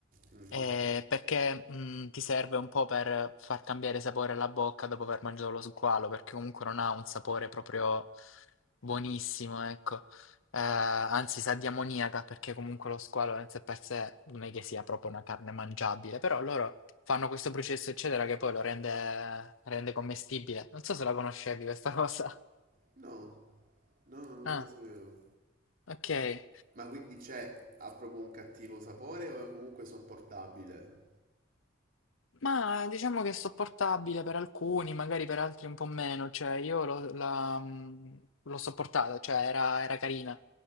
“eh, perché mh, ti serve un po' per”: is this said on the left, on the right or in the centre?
Left